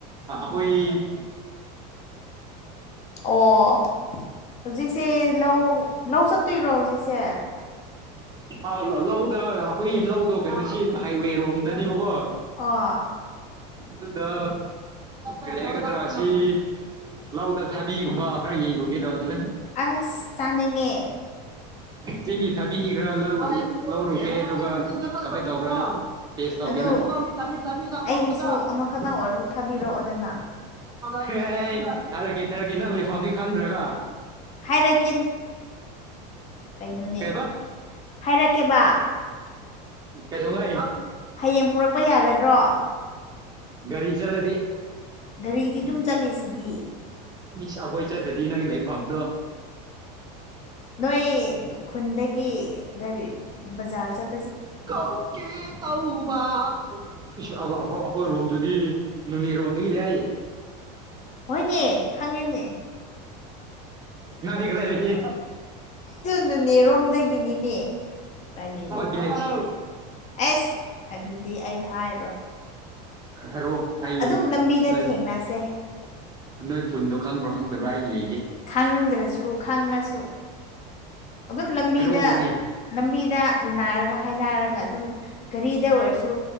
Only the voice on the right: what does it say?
ꯑꯣꯏ
ꯂ ꯂ ꯂꯧꯗ ꯑꯩꯈꯣꯏ ꯂꯧꯗꯣ ꯀꯩꯅꯣꯁꯤ ꯍꯥꯏꯋꯦꯔꯣꯝꯗꯅꯦꯕꯀꯣ
ꯑꯗꯨꯗ ꯀꯔꯤ ꯍꯥꯏꯒꯗ꯭ꯔ ꯑꯁꯤ ꯂꯧꯗ ꯊꯥꯕꯤꯒꯨꯝꯕ ꯈꯔ ꯌꯦꯡꯂꯩꯒꯦ ꯇꯧꯕꯅꯤꯗ
ꯆꯤꯡꯒꯨ ꯊꯥꯕꯤꯈ꯭ꯔꯥ ꯂꯧꯔꯨ ꯂꯧꯔꯨꯒꯦ ꯑꯗꯨꯒ ꯀꯃꯥꯏ ꯇꯧ ꯕ꯭ꯔꯥꯅ ꯇꯦꯁ ꯇꯧꯒꯦꯅ
<unintelligible>
ꯑꯦ ꯊꯥꯔꯛꯀꯦ ꯊꯥꯔꯛꯀꯦ ꯅꯪ ꯂꯩꯐꯝꯗꯤ ꯈꯪꯗ꯭ꯔꯒ
ꯀꯩꯕ
ꯀꯩꯗꯣꯡ ꯉꯥꯏ
ꯒꯥꯔꯤ ꯆꯠꯂꯗꯤ
ꯏꯁ ꯑꯩꯈꯣꯏ ꯆꯠꯇꯗꯤ ꯅꯪ ꯂꯩꯐꯝꯗꯣ
ꯀꯧꯀꯦ ꯇꯧꯎꯕ ꯏꯁ ꯑꯧ ꯑꯩꯈꯣꯏ ꯔꯣꯝꯗꯨꯗꯤ ꯅꯨꯅꯦ ꯔꯣꯝꯗꯒꯤꯅꯦ ꯑꯩ
ꯅꯪꯗꯤ ꯀꯗꯥꯏꯗꯒꯤ
ꯋꯥꯠ ꯚꯤꯂꯦꯖ
ꯍꯥꯔꯛꯑꯣ ꯑꯩ
ꯅꯣꯢ
ꯅꯣꯏ ꯈꯨꯟꯗꯣ ꯈꯪꯕ꯭ꯔꯣ ꯈꯪꯗꯕ꯭ꯔꯥ ꯑꯩ ꯌꯦꯡ
ꯍꯥꯏꯔꯛꯑꯣ ꯑꯦ